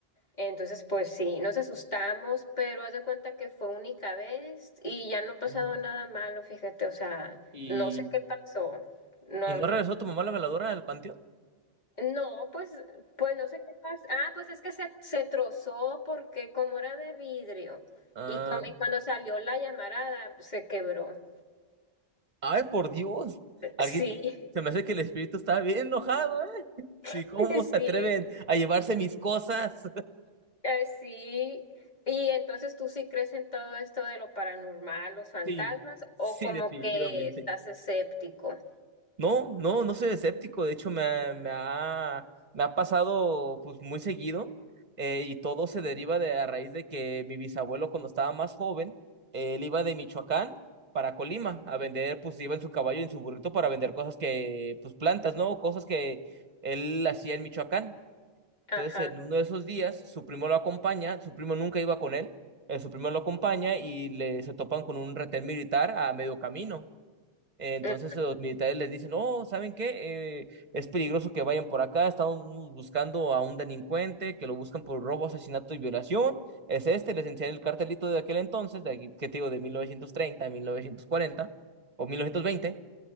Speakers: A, on the left; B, on the right.
A: Entonces, pues sí, nos asustamos, pero haz de cuenta que fue única vez y ya no ha pasado
B: Ujú.
A: nada malo, fíjate, o sea,
B: ¿Y,
A: no sé qué pasó. No,
B: y no regresó tu mamá la veladora al panteón?
A: no, pues, pues no sé qué pasó. Ah, pues es que se, se trozó porque como era de vidrio
B: Ah,
A: y con- y cuando salió la llamarada se quebró.
B: ay, por Dios. Alguien,
A: Sí,
B: se me hace que el espíritu está bien enojado, ¿eh? <laughs> Sí,
A: <laughs>
B: ¿cómo se
A: sí,
B: atreven a llevarse mis cosas?
A: eh, sí. Y entonces tú sí crees en todo esto de lo paranormal, los fantasmas,
B: Sí,
A: o
B: sí,
A: como
B: definitivamente.
A: que estás escéptico.
B: No, no, no soy escéptico. De hecho, me, ha, me ha me ha pasado pues muy seguido eh, y todo se deriva de a raíz de que mi bisabuelo cuando estaba más joven, él iba de Michoacán para Colima a vender, pues iba en su caballo y en su burrito para vender cosas que, pues plantas, ¿no? Cosas que él hacía en Michoacán.
A: Ajá,
B: Entonces, en uno de esos días, su primo lo acompaña, su primo nunca iba con él, eh, su primo lo acompaña y le, se topan con un retén militar a medio camino. Eh, Entonces
A: ujú,
B: los militares les dicen, no, ¿saben qué? Eh, es peligroso que vayan por acá, estamos buscando a un delincuente que lo buscan por robo, asesinato y violación. Es este, les enseñan el cartelito de aquel entonces, de aquí, ¿qué te digo? De mil mil novecientos treinta, mil novecientos cuarenta o mil novecientos veinte